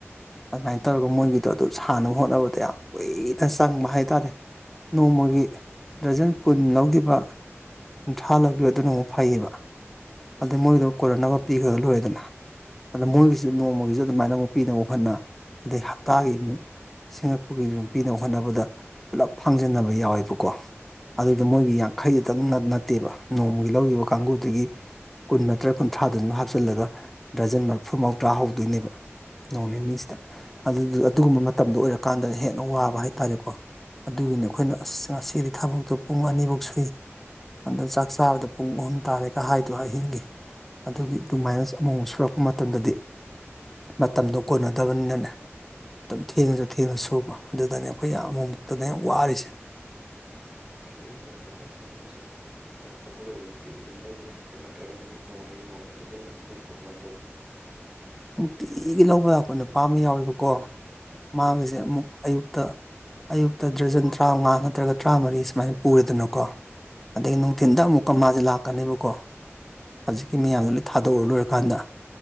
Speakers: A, on the right; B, in the centre.
A: ꯎꯝ
B: ꯑꯗꯨꯃꯥꯏꯅ ꯇꯧꯔꯒ ꯃꯣꯏꯒꯤꯗꯣ ꯑꯗꯨ ꯁꯥꯟꯅꯕ ꯍꯣꯠꯅꯕꯗ ꯌꯥꯝ ꯀꯨꯏꯅ ꯆꯪꯕ ꯍꯥꯏꯇꯔꯦ ꯅꯣꯡꯃꯒꯤ ꯗ꯭ꯔꯖꯟ ꯀꯨꯟ ꯂꯧꯒꯤꯕꯥ ꯀꯨꯟꯊ꯭ꯔꯥ ꯂꯧꯒꯤꯕ ꯑꯗꯨꯅ ꯑꯃꯨꯛ ꯐꯩꯌꯦꯕ ꯑꯗꯩ ꯃꯣꯏꯒꯤꯗꯣ ꯀꯣꯟꯅꯥꯅꯕ ꯄꯤꯒ꯭ꯔꯒ ꯂꯣꯏꯔꯦꯗꯅ ꯑꯗ ꯃꯣꯏꯒꯤꯖꯨ ꯅꯣꯡꯃꯒꯤꯖꯨ ꯑꯗꯨꯃꯥꯏꯅ ꯑꯃꯨꯛ ꯄꯤꯅꯕ ꯍꯣꯠꯅ ꯑꯗꯩ ꯍꯞꯇꯒꯤ ꯑꯃꯨꯛ ꯁꯤꯡꯉꯛꯄꯒꯤꯖꯨ ꯄꯤꯅꯕ ꯍꯣꯠꯅꯕꯗ ꯄꯨꯂꯞ ꯐꯪꯖꯟꯅꯕ ꯌꯥꯎꯋꯦꯕꯀꯣ ꯑꯗꯨꯏꯗꯨ ꯃꯣꯏꯒꯤ ꯌꯥꯡꯈꯩꯗꯡ ꯅꯥꯠ ꯅꯠꯇꯦꯕ ꯅꯣꯡꯃꯒꯤ ꯂꯧꯔꯤꯕ ꯀꯥꯡꯕꯨꯗꯨꯒꯤ ꯀꯨꯟ ꯅꯠꯇ꯭ꯔꯒ ꯀꯨꯟꯊ꯭ꯔꯥꯗꯨꯝ ꯍꯥꯞꯆꯤꯜꯂꯒ ꯗ꯭ꯔꯖꯟ ꯃꯔꯐꯨ ꯃꯧꯗ꯭ꯔ ꯍꯧꯗꯣꯏꯅꯦꯕ ꯅꯣꯡ ꯅꯤꯅꯤꯖꯤꯗ ꯑꯗꯨꯗꯨ ꯑꯗꯨꯒꯨꯝꯕ ꯃꯇꯝꯗꯣ ꯑꯣꯏꯔꯀꯥꯟꯗꯅ ꯍꯦꯟꯅ ꯋꯥꯕ ꯍꯥꯏꯇꯔꯦꯀꯣ ꯑꯗꯨꯒꯤꯅꯦ ꯑꯈꯣꯏꯅ ꯑꯁ ꯉꯁꯤꯗꯤ ꯊꯕꯛꯇꯣ ꯄꯨꯡ ꯑꯅꯤꯕꯧ ꯁꯨꯏ ꯑꯗ ꯆꯥꯛ ꯆꯥꯕꯗ ꯄꯨꯡ ꯑꯍꯨꯝ ꯇꯥꯔꯦꯒ ꯍꯥꯏꯗꯣ ꯑꯍꯤꯡꯒꯤ ꯑꯗꯨꯒꯤ
A: ꯎꯝ
B: ꯑꯗꯨꯃꯥꯏꯅ ꯑꯃꯨꯛꯃꯨꯛ ꯁꯨꯔꯛꯄ ꯃꯇꯝꯗꯗꯤ ꯃꯇꯝꯗꯣ ꯀꯣꯟꯅꯗꯕꯅꯤꯅꯅꯦ ꯑꯗꯨꯝ
A: ꯎꯝ
B: ꯊꯦꯡꯉꯖꯨ ꯊꯦꯡꯅ ꯁꯨꯕ ꯑꯗꯨꯗꯅꯦ ꯑꯈꯣꯏ ꯌꯥꯝ ꯑꯃꯨꯛꯃꯨꯛꯇꯅꯦ ꯋꯥꯔꯤꯁꯦ
A: ꯑꯗꯩ ꯀꯩꯅꯣ ꯇꯧꯕꯔ ꯑꯆꯥꯄꯣꯠꯆꯦ ꯑꯗꯨꯝ ꯍꯧꯕꯂꯣꯏꯕ ꯅꯨꯡꯇꯤꯒꯤ ꯑꯗꯨꯝ ꯂꯧꯕ ꯂꯛꯄ꯭ꯔ ꯅꯠꯇ꯭ꯔꯒ ꯅꯨꯃꯤꯠ ꯅꯣꯡꯅꯤꯅꯤ ꯅꯣꯡꯅꯤꯅꯤ ꯄꯨꯟꯖꯤꯜꯂꯒ ꯄꯣꯛꯄ꯭ꯔ ꯀꯃꯥꯏꯅ ꯇꯧꯒꯦ
B: ꯅꯨꯡꯇꯤꯒꯤ ꯂꯧꯕ ꯂꯛꯄ ꯅꯨꯄꯥ ꯑꯃ ꯌꯥꯎꯋꯦꯕꯀꯣ ꯃꯒꯤꯖꯦ ꯑꯃꯨꯛ ꯑꯌꯨꯛꯇ ꯑꯌꯨꯛꯇ ꯗ꯭ꯔꯖꯟ ꯇꯔꯥꯃꯉꯥ ꯅꯠꯇ꯭ꯔꯒ ꯇꯔꯥꯃꯔꯤ ꯁꯨꯃꯥꯏꯅ ꯄꯨꯔꯦꯗꯅꯀꯣ ꯑꯗꯒꯤ ꯅꯨꯡꯊꯤꯟꯗ ꯑꯃꯨꯛ ꯀ ꯃꯥꯖꯦ ꯂꯥꯛꯀꯅꯦꯕꯀꯣ ꯍꯧꯖꯤꯛꯀꯤ ꯃꯤꯌꯥꯝꯗ ꯂꯣꯏ ꯊꯗꯣꯛꯎꯔ ꯂꯣꯏꯔꯀꯥꯟꯗ